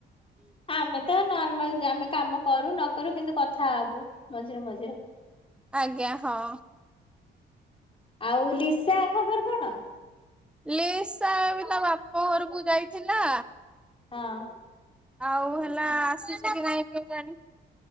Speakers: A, on the left; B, in the centre.
A: ଆମେ ତ ନର୍ମାଲ ଯେ ଆମେ କାମ କରୁ ନ କରୁ କିନ୍ତୁ କଥା ହୋବୁ ମଝିରେ ମଝିରେ।
B: ଆଜ୍ଞା ହଁ।
A: ଆଉ ଲିସା ଖବର କଣ?
B: ଲିସା ବି ତା ବାପ ଘରକୁ ଯାଇଥିଲା
A: ହଁ।
B: ଆଉ ହେଲା ଆସୁଛି କି ନାଇଁ କେଜାଣି।